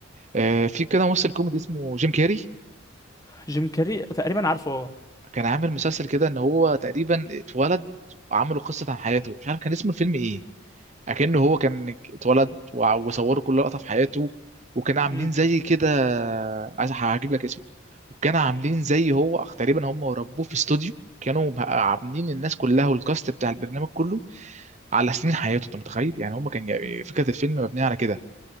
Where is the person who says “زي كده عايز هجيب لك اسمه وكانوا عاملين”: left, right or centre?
Right